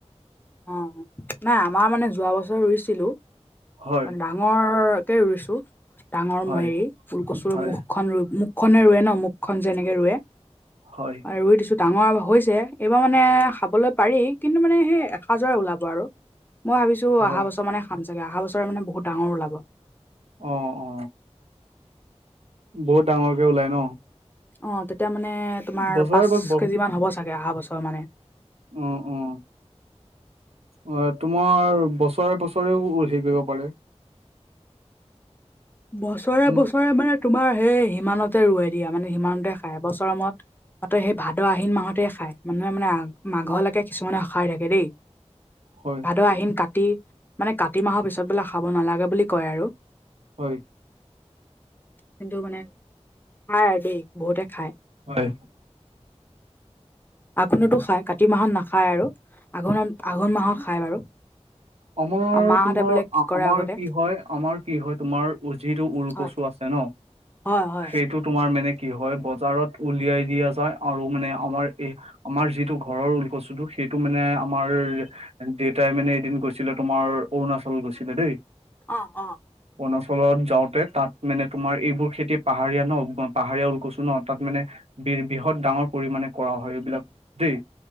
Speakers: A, on the left; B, on the right.
A: অ নাই আমাৰ মানে যোৱা বছৰ ৰুইছিলো
B: হয়,
A: ডাঙ। মোৰ কে ৰুইছো ডাঙৰ
B: হয়,
A: হেৰি ফুলকচু
B: হয়,
A: মুখখন মুখ। মুখ খনে ৰুৱে ন মুখন যেনেকে ৰুৱে।
B: হয়।
A: ৰুই দিছোঁ ডাঙৰ হৈছে এইবাৰ মানে খাবলৈ পাৰি কিন্তু মানে সেই। সাজৰে ওলাব আৰু মই ভাবিছো
B: হয়,
A: অহা বছৰ মানে খাম চাগে অহা বছৰে মান বহুত ডাঙৰ ওলাব।
B: অ অ বহুত ডাঙৰকে ওলাই ন।
A: অ তেতিয়া মানে তোমাৰ
B: বছৰে
A: পাঁচ
B: বছ ব
A: কেজি মান হ'ব চাগে অহা বছৰ মানে।
B: অ অ। অ তোমাৰ বছৰে বছৰেও হেৰি কৰিব পাৰি।
A: বছৰে
B: উম,
A: বছৰে মানে। তোমাৰ সেই সিমানতে ৰুৱাই দিয়া মানে সিমানতে খাই এ বছৰ মোৰত। মাত সেই ভাদ আহিন মাহতেই খাই মানুহে মানে মাঘলৈকে কিছুমানে খাই থাকে দেই।
B: হয়।
A: ভাদ আহিম কাতি মানে কাতি মাহৰ পিছত বোলে খাব নালাগে বুলি কয় আৰু।
B: হয়।
A: কিন্তু মানে খাই আৰু দেই বহুতে খাই।
B: হয়।
A: আঘোণতো খায় কাতি মাহত নাখায় আৰু আঘোণত আঘোণ মাহত খায় বাৰু।
B: আমাৰ
A: আৰু মাহঁতে
B: তোমাৰ
A: বোলে কি কৰে
B: আমাৰ
A: আগতে
B: কি হয় আমাৰ কি হয় তোমাৰ যিটো উৰকচু
A: হয়
B: আছে। ন
A: হয় হয়
B: সেইটোত। তোমাৰ মানে কি হয় বজাৰত উলিয়াই দিয়া যায় আৰু মানে আমাৰ এই। আমাৰ যিটো ঘৰৰ ওলকচুটো সেইটো মানে আমাৰ দেউতাই মানে এদিন গৈ। যেনে তোমাৰ অৰুণাচল গৈছিলে দেই।
A: অ অ।
B: অৰুণাচলত যাওঁতে তাত মানে তোমাৰ এইবোৰ খেতি পাহাৰীয়া ন পাহাৰীয়া ওলকছো ন তাত মানে। বি বৃহৎ ডাঙৰ পৰিমাণে কৰা হয় এইবিলাক দেই।